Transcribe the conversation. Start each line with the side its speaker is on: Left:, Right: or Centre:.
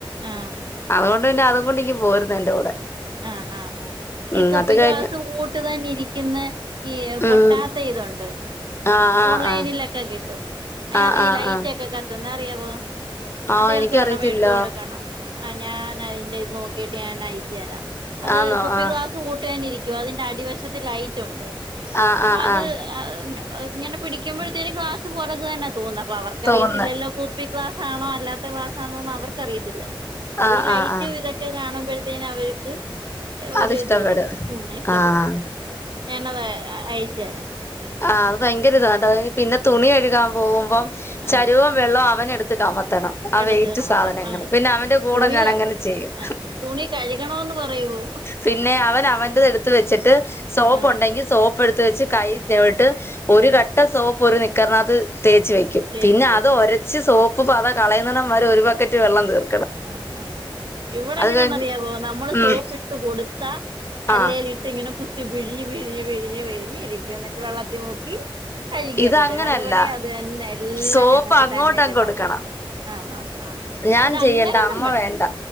Right: ആഹ്
Left: അതോണ്ട് പിന്നെ അതും കൊണ്ട് ഇങ്‌ പോരുന്നു എന്റെ കൂടെ
Right: ആഹ് ആഹ് ആ ഈ
Left: ഉം
Right: കുപ്പി
Left: അത് കഴിഞ്ഞ്
Right: ക്ലാസ് കൂട്ട് തന്നെ ഇരിക്കുന്നെ ഈ
Left: ഉം
Right: പൊട്ടാത്ത ഇതുണ്ട്
Left: ആഹ് ആഹ്
Right: ഓൺലൈനിലൊക്കെ
Left: ആഹ്
Right: കിട്ടും അതിനകത്ത്
Left: ആഹ്
Right: ഈ
Left: ആഹ്
Right: ലൈറ്റ്
Left: ആഹ്
Right: ഒക്കെ കത്തുന്ന അറിയാവോ
Left: ആഹ്
Right: അതെൽതൊരെണ്ണം
Left: എനിക്കറിയത്തില്ല
Right: മേടിച്ചു കൊടുക്കണം ആ ഞാൻ ന അയ്ന്റെ ഇത് നോക്കിട്ട് ഞാൻ അയിച്ചു രാ അത്
Left: ആന്നോ
Right: കുപ്പി
Left: ആഹ്
Right: ഗ്ലാസ് കൂട്ടുന്നെരിക് ക്കും അതിന്റെ അടിവശത് ലൈറ്റ് ഒ ണ്ട്
Left: ആഹ്
Right: അപ്പൊ
Left: ആഹ്
Right: അത്
Left: ആഹ്
Right: അ ഇങ്ങനെ പിടിക്കുമ്പോഴത്തേനും ഗ്ലാസ്‌ പോലെ തന്നെ തോന്ന അപ്പ അവർക്ക്
Left: തോന്നുന്ന്
Right: അറിയത്തില്ലല്ലോ കു പി ക്ലാസ് ആണോ അല്ലാത്ത ക്ലാസ് ആണോന്ന് അവർക്ക് അറിയത്തില്ല ല്ലോ പ്പൊ
Left: ആഹ്
Right: ഈ ലൈറ്റ്
Left: ആഹ് ആഹ്
Right: ഇതൊക്കെ ക്കെ കാണുമ്പഴത്തേനും അവർക്ക് ഒരു
Left: അത് ഇഷ്ടപ്പെടും
Right: ഇത് തോന്നും ഉം ഇഷ്ടപ്പെടും
Left: ആഹ്
Right: ഞാനത് അയ് അയച്ചെരാ
Left: ആഹ് അത് ഭയങ്കര ഇതട്ടോ പിന്നെ തുണി കഴുകാൻ പോകുമ്പം
Right: ആ
Left: ചരുവവും വെള്ളവും അവനെടുത് കമത് ത്തണം ആ
Right: എടുത്ത്
Left: വെയിറ്റ്
Right: നോക്കാം
Left: സാധനങ്ങള്
Right: ആ
Left: പിന്നെ അവന്റെ കൂടെ
Right: തുണി
Left: ഞാൻ
Right: ക-
Left: അങ്ങനെ ചെയ്യും
Right: ആ തുണി കഴുകണോന്ന് പറയുവോ
Left: പിന്നെ അവൻ അവന്റെത് എടുത്ത് വെച്ചിട്ട് സോപ്പ്
Right: ആ
Left: ഉണ്ടെങ്കിൽ സോപ് പ് ടുത്ത് വെച്ച് കൈ വിട്ട് ഒരു
Right: ആ
Left: കട്ട സോപ്പ് ഒരു നിക്കർനാത്ത് തേച്ച് വെക് കും
Right: ചേച്ചി
Left: പിന്നെ അത് ഒരച്ച് സോപ്പ് പത കളയുന്നണം വരെ ഒരു ബക്കറ്റ് വെള്ളം തീർ
Right: ആഹ് ആഹ് ഇവിടെ എങ്ങനെന്ന
Left: കഴിഞ്ഞ്
Right: അറിയാവോ നമ്മള്
Left: ഉം
Right: സോപ്പ് ഇട്ട് കൊടുത്ത കല്ലേലി
Left: ആ
Right: ട്ട് ഇങ്ങനെ കുത്തി പിഴിഞ് പിഴിഞ്ഞ് പിഴിഞ്ഞ് പിഴിഞ്ഞ് ഇരിക്കു ന്നിട്ട് വെള്ളത്തി മുക്കി കഴുകിയൊക്കെ
Left: ഇത് അങ്ങനല്ല
Right: തരും ഇവിടെ അത് തന്നെ എല്ലാം
Left: സോപ്പ്
Right: ഞങ്ങൾക്ക്
Left: അങ്ങോട്ട
Right: തന്നെ
Left: അങ്ങ്
Right: ചെല്ലണം
Left: കൊടുക്കണം
Right: ആ ആ ആ
Left: ഞാൻ
Right: ആ, ഇത്
Left: ചെയ്യണ്ട
Right: അങ്ങനൊന്നും
Left: അമ്മ വേണ്ട